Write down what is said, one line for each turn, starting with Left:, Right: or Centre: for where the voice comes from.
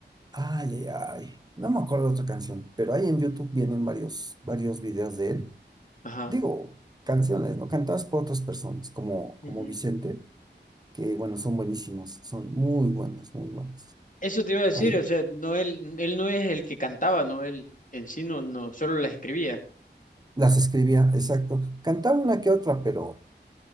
Right: Ay, ay, ay. No me acuerdo otra canción, pero ahí en YouTube vienen varios, varios videos de él.
Left: Ajá.
Right: Digo, canciones, ¿no? Cantadas por otras personas, como,
Left: Ujú.
Right: como Vicente, que bueno, son buenísimas, son muy buenas, muy buenas.
Left: Eso te iba a decir,
Right: Ahí
Left: o sea, no él, él no es el que cantaba, no él en sí no, no, solo las escribía.
Right: las escribía, exacto. Cantaba una que otra, pero